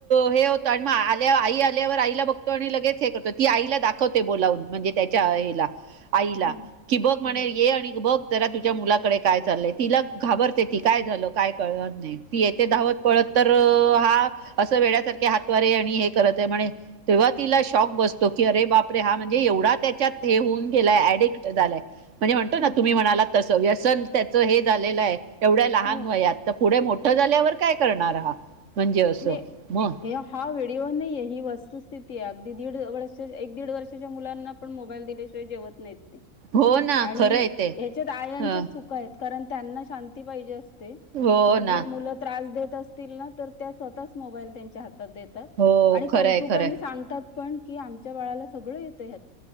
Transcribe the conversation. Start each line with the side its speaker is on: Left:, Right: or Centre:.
Right: हे होतं आणि आल्या आई आल्यावर आईला बघतो आणि लगेच हे करतो आईला दाखवते बोलावून. म्हणजे त्याच्या हिला आईला
Left: हम्म
Right: की बघ म्हणे
Left: हम्म
Right: ये आणि बघ जरा तुझ्या मुलाकडे काय चालंय तिला घाबरते ती काय झालं काय कळलंच नाही ती येते धावत पळत तर हा असं वेड्यासारखे हातवारे आणि हे करत म्हणे तेव्हा तिला शॉक बसतो की अरे बापरे हा म्हणजे एवढा त्याच्यात हे होऊन गेलाय अडिक्ट झालाय म्हणजे म्हणतो ना
Left: हम्म
Right: तुम्ही म्हणाला तसं व्यसन त्याचं हे झालेलं आहे एवढ्या लहान
Left: हो
Right: वयात तर पुढे मोठ ठं झाल्यावर काय करणारा हा म्हणजे असं
Left: नाही
Right: मग
Left: हे हा व्हिडिओ नाहीय ही वस्तुस्थिती आहे अगदी दीड वर्ष एक दीड वर्षाच्या मुलांना पण मोबाईल दिल्याशिवाय जेवत नाहीत
Right: हो ना
Left: आणि
Right: खरंय ते
Left: ह्याच्यात आयांच्याच
Right: हं.
Left: चुका आहेत कारण त्यांना शांती पाहिजे असते
Right: हो
Left: मग
Right: ना
Left: जर मुलं त्रास देत असतील ना तर त्या स्वतःच मोबाईल त्यांच्या हातात देतात
Right: हो
Left: आणि
Right: खरंय
Left: कौतुकाने
Right: खरंय
Left: सांगतात पण की आमच्या बाळाला सगळं येतंय ह्यात